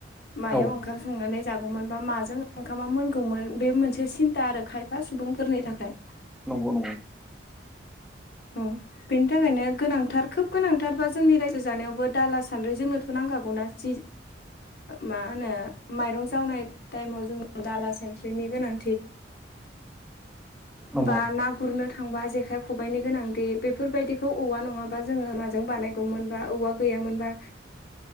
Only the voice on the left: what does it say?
मायाव
ओंखाम संनानै जागौमोन बा माजों ओंखामा मोनगौमोन बे मोनसे सिन्था आरो खाय फा सुबुंफोरनि थाखाय।
औ बेनि थाखायनो गोनांथार खोब गोनांथारबा जोंनि रायजो जानायावबो दाला सान्द्रि जोंनोथ' नांखागौना जि मा होनो माइरं जावनाय टाइमाव जों दाला सा सानद्रिनि गोनां
बा ना गु ना गुरनो थांबा जेखाइ खबाइनि गोनांथि बेफोरबायदिखौ औवा नङाबा जोङो माजों बानाय गौमोन बा औवा गैयामोनबा